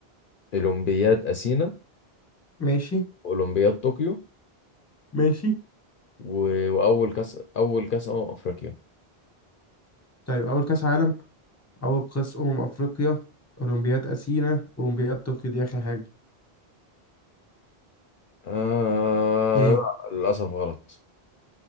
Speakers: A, on the left; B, on the left.
A: أولمبياد أثينا
B: ماشي
A: أولمبياد طوكيو
B: ماشي
A: و... وأول كأس أول كأس أمم أفريقيا
B: طيب أول كأس عالم أول قياس أمم أفريقيا أولمبياد أثينا أولمبياد طوكيو دي آخر حاجة
A: آه...
B: إيه
A: لا للأسف غلط